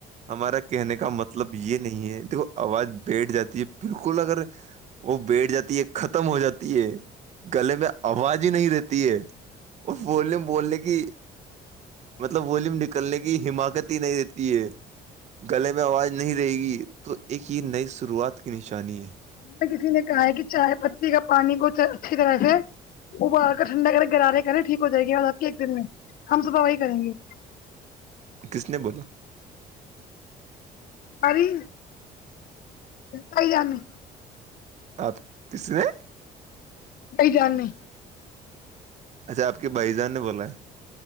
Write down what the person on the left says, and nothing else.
مجھےکسی نے کہا ہے کہ چائے پتی کا پانی کو اچھی طرح سے اوبال کر ٹھنڈا کر گرارے کرے ٹھیک ہو جائے گی آپ کے ایک دن میں ہم صبح وہی کریں گے
اری بھائی جان نے
بھائی جان نے